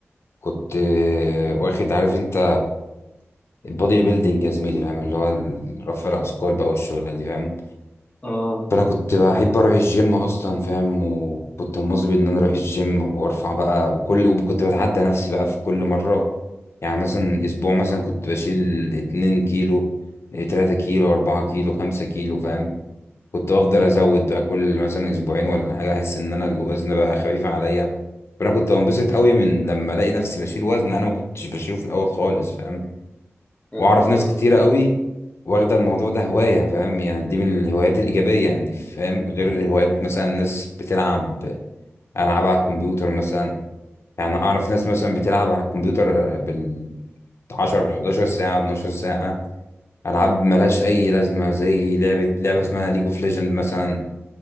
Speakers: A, on the left; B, on the left.
A: كنت آه، واخد عارف انت بودي بيلدينج يا زميلي فاهم اللي هو ال- رفع الاثقال بقى والشغله دي فاهم
B: اه
A: فانا كنت بحب اروح الجيم اصلا فاهم وكنت مواظب ان انا اروح الجيم وارفع بقى وكل وكنت بتعدى نفسي بقى في كل مره يعني مثلا اسبوع مثلا كنت بشيل 2 كيلو 3 كيلو 4 كيلو 5 كيلو فاهم كنت افضل ازود بقى كل مثلا اسبوعين ولا حاجه احس ان انا الوزن بقى خفيف عليا فانا كنت بنبسط قوي من لما الاقي نفسي بشيل وزن انا ما كنتش بشيله في الاول خالص فاهم
B: فاهمك
A: واعرف ناس
B: اه
A: كتيرة قوي واخدة الموضوع ده هواية فاهم يعني دي من الهوايات الإيجابية يعني فاهم غير الهوايات مثلا ناس بتلعب ألعاب على الكمبيوتر مثلا يعني أعرف ناس مثلا بتلعب على الكمبيوتر بال 10 11 ساعة 12 ساعة ألعاب ملهاش أي لازمة زي لعبة لعبة اسمها ليج اوف ليجند مثلا